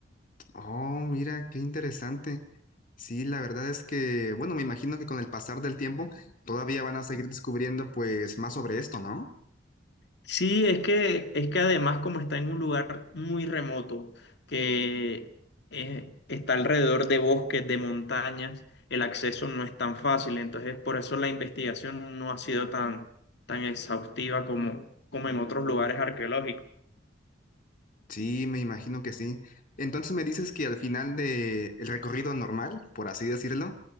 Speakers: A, on the left; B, on the left.
A: Oh, mira, qué interesante. Sí, la verdad es que, bueno, me imagino que con el pasar del tiempo todavía van a seguir descubriendo pues más sobre esto, ¿no?
B: Sí, es que, es que además como está en un lugar muy remoto, que eh, está alrededor de bosques, de montañas, el acceso no es tan fácil, entonces por eso la investigación no ha sido tan, tan exhaustiva como, como en otros lugares arqueológicos.
A: Sí, me imagino que sí. Entonces me dices que al final de el recorrido normal, por así decirlo,